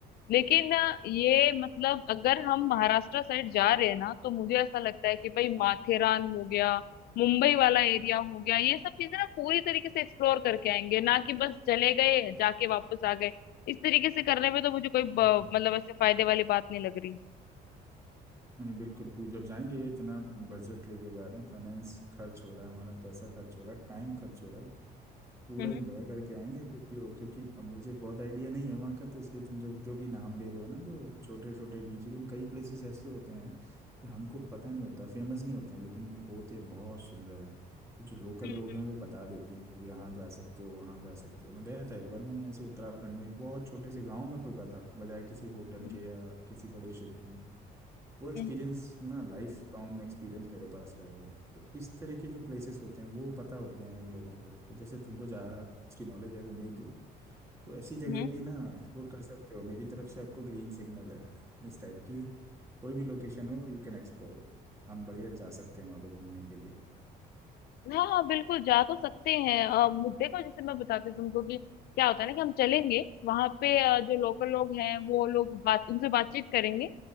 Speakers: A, on the left; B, on the right.
A: लेकिन अ, ये मतलब अगर हम महाराष्ट्र साइड जा रहे हैं ना तो मुझे ऐसा लगता है कि भाई माथेरान हो गया मुंबई वाला एरिया हो गया ये सब चीजें ना पूरी तरीके से एक्सप्लोर करके आएंगे ना कि बस चले गए जाके वापस आ गए इस तरीके से करने में तो मुझे कोई ब-
B: हाँ
A: मतलब ऐसे फायदे वाली बात नहीं लग रही
B: नहीं बिल्कुल पू जब जाएंगे इतना बजट लेके जा रहे हैं फाइनेंस खर्च हो रहा है हमारा पैसा खर्च हो रहा है टाइम खर्च हो रहा है पूरा
A: हम्म
B: एंजॉय करके आएंगे कुछ भी हो क्योंकि अब मुझे बहुत आइडिया नहीं है वहाँ का तो इसलिए तुम जो जो भी नाम ले रहे हो ना जो छोटे छोटे बीच इवन कई प्लेसेस ऐसे होते हैं कि हमको पता नहीं होता फेमस नहीं होते हैं लेकिन वो होते बहुत सुंदर हैं तो जो लोकल
A: हम्म
B: लोग हैं वो बता देते हैं कि यहाँ जा सकते हो वहाँ जा सकते हो मैं गया था एक बार मैंने ऐसे उत्तराखंड में एक बहुत छोटे से गाँव में रुका था बजाय किसी होटल
A: हम्म
B: के या किसी बड़े सिटी में वो एक्सपीरियंस
A: हम्म,
B: ना लाइफ लॉन्ग एक्सपीरियंस मेरे पास रहेगा तो इस तरह के जो प्लेसेस होते हैं वो पता होते हैं उन लोगों को तो जैसे तुमको जहाँ इसकी नॉलेज है मुंबई की तो ऐसी जगह
A: हम्म, हम्म।
B: भी ना एक्सप्लोर कर सकते हो मेरी तरफ से आपको ग्रीन सिग्नल है इस टाइप की कोई भी लोकेशन हो यू कैन एक्सप्लोर हम बढ़िया जा सकते हैं वहाँ पे घूमने के लिए
A: हाँ हाँ बिल्कुल जा तो सकते हैं अ, मु- देखो जैसे मैं बताती हूँ तुमको कि क्या होता है ना कि हम चलेंगे वहां पे अ, जो लोकल लोग हैं वो लोग बात उनसे बातचीत करेंगे